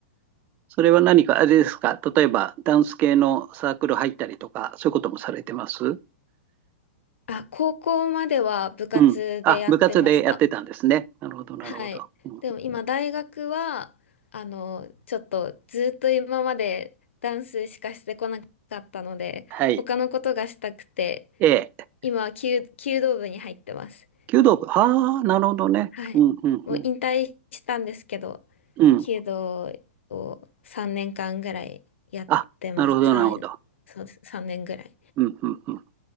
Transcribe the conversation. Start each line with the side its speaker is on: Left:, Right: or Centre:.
Right: それは何か、あれですか、例えば、ダンス系のサークル入ったりとか、そういうこともされてます
Left: あ、高校までは部活でやってました。
Right: うん。あ、部活でやってたんですね。なるほど、なるほど。
Left: はい。
Right: うん、
Left: でも今大学は、あの、ちょっとずっと今までダンスしかしてこなかったので、
Right: はい。
Left: 他のことがしたくて、
Right: ええ、
Left: 今、弓弓道部に入ってます。
Right: 弓道部。ああ、なるほどね。
Left: はい。
Right: うん、うん、
Left: もう引退したんですけど、
Right: うん。うん。
Left: 弓道を3年間ぐらいやってました。
Right: あ、なるほど、
Left: 3、
Right: なるほど。
Left: そうです、年ぐらい。
Right: うん、うん、うん。